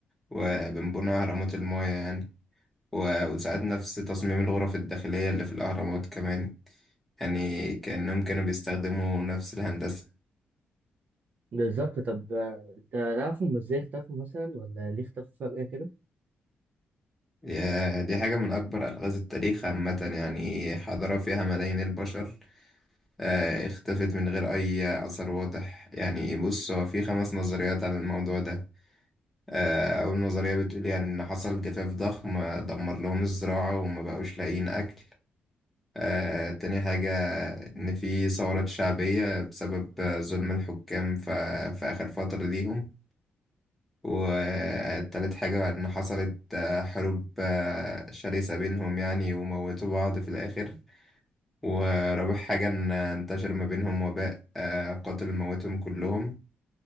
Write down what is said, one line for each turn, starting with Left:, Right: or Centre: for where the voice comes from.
Centre: وبين بنى أهرامات المايا يعني و- وساعات نفس تصميم الغرف الداخلية اللي في الأهرامات كمان يعني كأنهم كانوا بيستخدموا نفس الهندسة
Right: بالظبط طب آه، أنت تعرف هم إزاي اختفوا مثلا ولا ليه اختفوا فجأة كده؟
Centre: يا دي حاجة من أكبر ألغاز التاريخ عامة يعني حضارة فيها ملايين البشر آه، اختفت من غير أي أثر واضح يعني بص هو في خمس نظريات عن الموضوع ده آه، أول نظرية بتقول يعني إن حصل جفاف ضخم آه، دمر لهم الزراعة وما بقوش لاقيين أكل آه، تاني حاجة إن في ثورات شعبية بسبب آه، ظلم الحكام ف- في آخر فترة ليهم وتالت حاجة إن حصلت آه، حروب آه، شرسة بينهم يعني وموتوا بعض في الآخر ورابع حاجة إن انتشر ما بينهم وباء آه، قاتل موتهم كلهم